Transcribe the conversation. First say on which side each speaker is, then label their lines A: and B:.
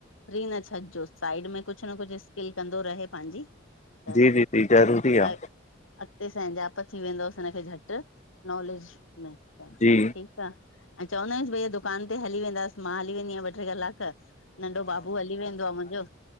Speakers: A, on the left; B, on the left.
A: फ्री न छॾिजो साइड में कुछन कुछ स्किल कंदो रहे पांहिंजी। त
B: जी जी जी ज़रूरी
A: हा।
B: आ
A: अॻते संजाप थी वेंदोस झटि नॉलेज में त
B: जी
A: ठीक आ ऐं चवंदा आहियूं भई दुकान ते हली वेंदास मां हली वेंदी आहियां ॿ टे् कलाक। नंढो बाबू हली वेंदो आहे मुहिंजो।